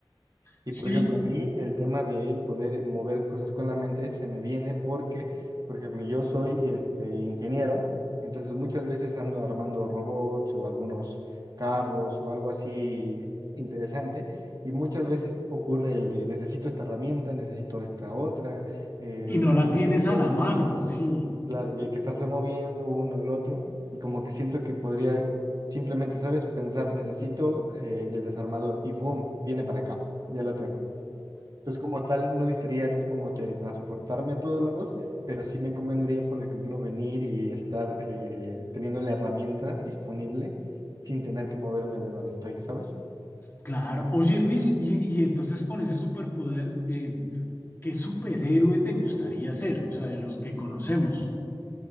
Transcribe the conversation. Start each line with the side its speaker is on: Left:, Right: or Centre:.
Right: Y
Left: sí,
Right: por ejemplo, a mí el tema de poder mover cosas con la mente se me viene porque, por ejemplo, yo soy este ingeniero, entonces muchas veces ando armando robots o algunos carros o algo así interesante. Y muchas veces ocurre el de necesito esta herramienta, necesito esta otra, eh,
Left: Y no
Right: tornillos,
Left: la tienes a la mano, sí,
Right: claro, y hay que estarse moviendo uno el otro. Y como que siento que podría simplemente, ¿sabes? Pensar, necesito eh, el desarmador y ¡boom! viene para acá, ya lo tengo. Entonces, como tal, no necesitaría como teletransportarme a todos lados, pero sí me convendría, por ejemplo, venir y estar eh, teniendo la herramienta disponible sin tener que moverme de donde estoy, ¿sabes?
Left: claro. Oye, Luis, y, y entonces con ese superpoder, eh, ¿qué superhéroe te gustaría ser? O sea, de los que conocemos.